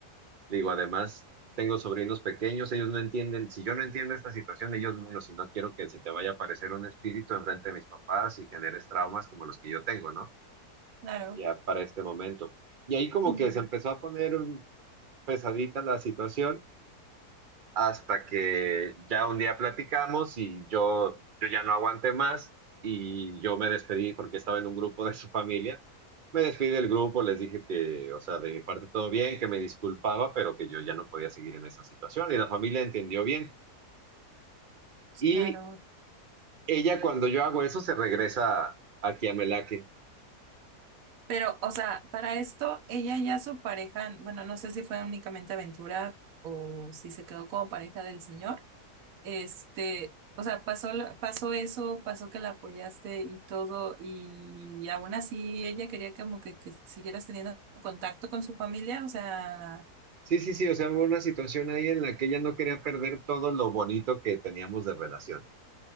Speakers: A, on the right; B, on the right.
A: Digo, además, tengo sobrinos pequeños, ellos no entienden, si yo no entiendo esta situación, ellos menos, y no quiero que se te vaya a aparecer un espíritu enfrente de mis papás y generes traumas como los que yo tengo, ¿no?
B: Claro.
A: Ya para este momento. Y ahí como
B: Mm.
A: que se empezó a poner mm, pesadita la situación hasta que ya un día platicamos y yo, yo ya no aguanté más y yo me despedí porque estaba en un grupo de su familia. Me despedí del grupo, les dije que, o sea, de mi parte todo bien, que me disculpaba, pero que yo ya no podía seguir en esa situación y la familia entendió bien. Y
B: Claro.
A: ella cuando yo hago eso se regresa aquí a Melaque.
B: Pero, o sea, para esto, ella ya su pareja, bueno, no sé si fue únicamente aventura o si se quedó como pareja del señor. Este, o sea, pasó, lo- pasó eso, pasó que la apoyaste y todo, y aún así ella quería como que, que siguieras teniendo contacto con su familia, o sea.
A: Sí, sí, sí, o sea, hubo una situación ahí en la que ella no quería perder todo lo bonito que teníamos de relación.